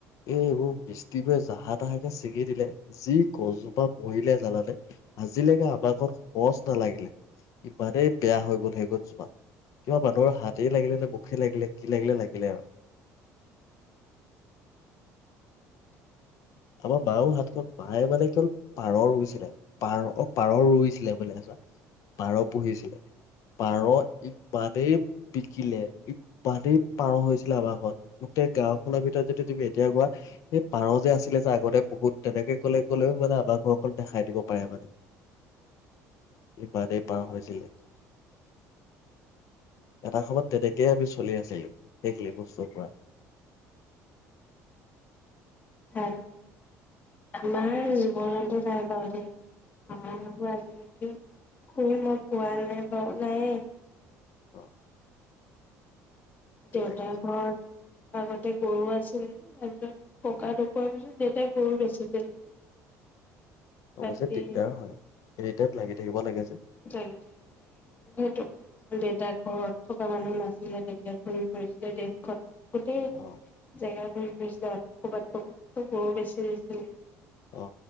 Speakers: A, on the left; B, on the left.
A: এই এইবোৰ মিষ্টিবোৰে জাহা তাহাকে দিলে যি গছজোপা মৰিলে জানানে আজিলৈকে আমাক ঘত সজ নালাগিলে ইমানেই বেয়া হৈ গল সেই গছজোপা কিবা মানুহৰ হাতেই লাগিলে নে মুখে লাগিলে কি লাগিলে লাগিলে আৰু আমাক মায়ৰ হাতখন মায়ে মানে কেৱল পাৰ ৰুইছিলে পাৰ পাৰ ৰুইছিলে বুলিছোৱা পাৰ পুহিছিলে পাৰ ইমানেই বিকিলে ইমানেই পাৰ হৈছিলে আমাৰখন গোটেই গাওখনৰ ভিতৰত যদি তুমি এতিয়া কোৱা সেই পাৰ যে আছিলে যে আগতে বহুত তেনেকে কলে কলেও মানে আমাক ঘৰ অকল দেখাই দিব পাৰে মানে ইমানেই পাৰ হৈছিলে এটা সময়ত তেনেকেই আমি চলি আছিলো সেইখিনি বস্তুৰ পৰা।
B: হ আমাৰ বন্ত ৰাাই বউ <unintelligible> অ আজ নেক <unintelligible> কোৱা নাই ব নাই,
A: অ', তেনেকুৱা
B: দেউতাৰ ঘৰ আগতে গৰু আছিল এজন ককা ঢুকুৱাৰ পিছ দেউতাই গৰু বেচি দিলে। বাকী
A: অৱশ্যে দিগদাৰ হয় এনিটাইপ লাগি থাকিব লাগে যে,
B: দেতা ঘৰত থকা মানুহ নাছিলে দেতাই ঘূৰি ফুৰিছিলে দেশখন। গোটেই
A: অ
B: জেগা স ক'বাত ক'ৰবাতো ব <unintelligible> বেছি হৈছিলে।
A: অ,